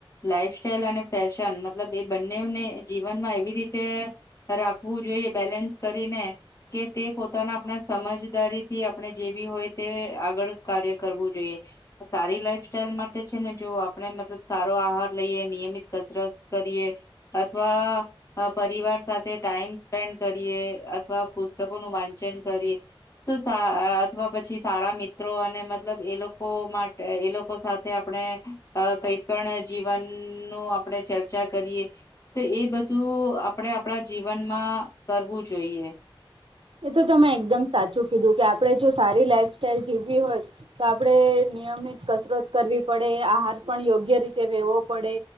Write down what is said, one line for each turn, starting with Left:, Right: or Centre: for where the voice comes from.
Left: લાઈફ સ્ટાઈલ અને ફેશન મતલબ એ બંનેવ ને જીવનમાં એવી રીતે રાખવું જોઈએ બેલેન્સ કરીને કે તે પોતાના આપણા સમજદારીથી આપણે જેબી હોય તે આગળ કાર્ય કરવું જોઈએ. સારી લાઈફ સ્ટાઈલ માટે છે ને જો આપણે મતલબ સારો આહાર લઈએ, નિયમિત કસરત કરીએ. અથવા પરિવાર સાથે ટાઈમ સ્પેન્ડ કર રીએ અથવા પુસ્તકોનું વાંચન કરીએ તો સા અ અથવા પછી સારા મિત્રો અને મતલબ એ લોકો મા એ લોકો સાથે આપણે અ કઈ પણ જીવનનું આપણેે ચર્ચા કરીએ તો એ બધું આપડે આપડા જીવનમાં કરવું જોઈએ.
Right: એ તો તમે એકદમ સાચું કીધું કે આપડે જો સારી લાઈફ સ્ટાઈલ જીવવી હોય તો આપડે નિયમિત કસરત કરવી પડે. આહાર પણ યોગ્ય રીતે લેવો પડે